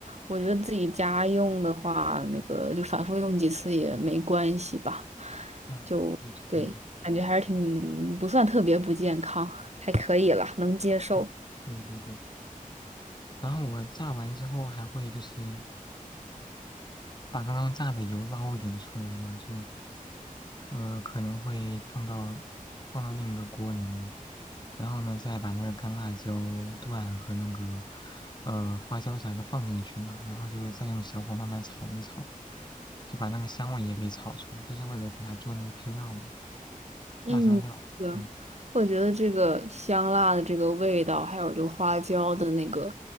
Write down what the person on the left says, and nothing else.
嗯，
对的，对的，
嗯，对对对。然后我炸完之后还会就是。把刚刚炸的油捞一点出来嘛，就，呃，可能会放到放到另一个锅里面，然后呢，再把那个干辣椒段和那个呃花椒啥的放进去嘛，然后就再用小火慢慢炒一炒，就把那个香味也给炒出来，就是为了给它做那个配料嘛，
辣椒料。
嗯。